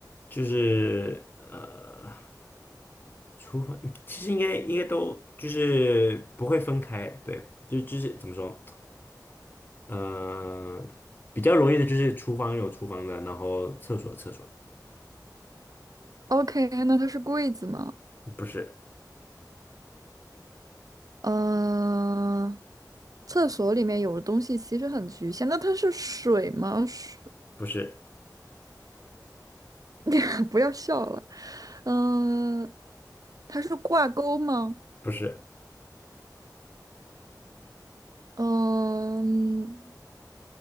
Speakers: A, on the left (about 30°); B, on the right (about 55°).
A: 就是呃，厨房其实应该应该都就是不会分开，对，就就是怎么说，呃，比较容易的就是厨房有厨房的，然后厕所有厕所的
B: ，OK，那它是柜子吗？
A: 不是
B: 嗯，厕所里面有的东西其实很局限。那它是水吗？水，
A: 不是
B: <laughs> 不要笑了。嗯、它是挂钩吗？
A: 不是，
B: 嗯、